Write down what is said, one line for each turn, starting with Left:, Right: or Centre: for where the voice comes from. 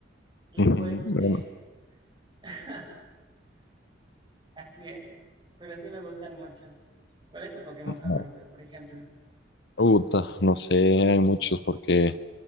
Right: Y
Left: Ujú,
Right: tú, este,
Left: bueno,
Right: <laughs> así es, pero sí me gustan mucho. ¿Cuál es tu Pokémon
Left: no,
Right: favorito, por ejemplo?
Left: puta, no sé, hay muchos porque